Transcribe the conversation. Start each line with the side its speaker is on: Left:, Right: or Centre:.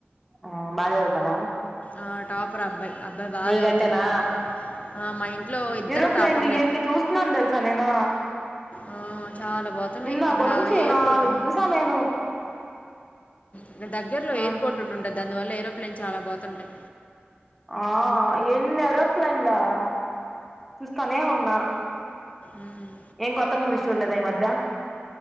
Centre: ఆ బాగా చదువుతాడ
Left: ఆ టాపర్ ఆ అబ్బాయి అ అబ్బాయి బాగా
Centre: నీకంటేనా
Left: చదువుతాడు ఆ మా ఇంట్లో ఇద్దరు
Centre: ఏరోప్లేన్లు
Left: టాపర్లే
Centre: ఎన్ని చూస్తున్నాను తెలుసా నేను
Left: ఆ చాలా పొతున్నాయ్
Centre: ఇందాక
Left: అక్కడ
Centre: నుంచి
Left: ఎయిర్
Centre: నాలుగు
Left: పోర్ట్
Centre: చూసా నేను
Left: ఇకడ దగ్గరలో
Centre: ఆ
Left: ఎయిర్పోర్ట్ ఉండుండే దానివల్ల ఏరోప్లేన్ చాలా బోతుంటాయి.
Centre: ఆ ఎన్ని ఎరోప్లేన్ లా. సూస్తానే ఉన్నా.
Left: ఉమ్.
Centre: ఏ కొత్త మూవీస్ చూడలేదా ఈ మధ్య.